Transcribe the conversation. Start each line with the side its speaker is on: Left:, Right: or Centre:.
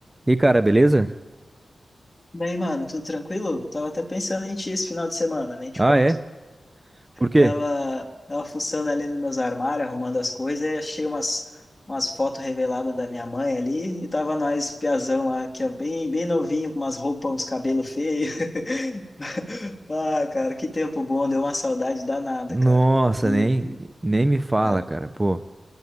Right: E cara, beleza?
Left: Daí, mano, tudo tranquilo? Tava até pensando em ti esse final de semana, nem te
Right: Ah,
Left: conto.
Right: é? Por quê?
Left: Tava, tava fuçando ali nos meus armários, arrumando as coisas, e achei umas, umas fotos reveladas da minha mãe ali, e tava nós, piazão lá, que é bem, bem novinho, com umas roupas, uns cabelos feios. <laughs> Ah, cara, que tempo bom, deu uma saudade danada,
Right: Nossa,
Left: cara. Que
Right: nem, nem me fala,
Left: era.
Right: cara. Pô,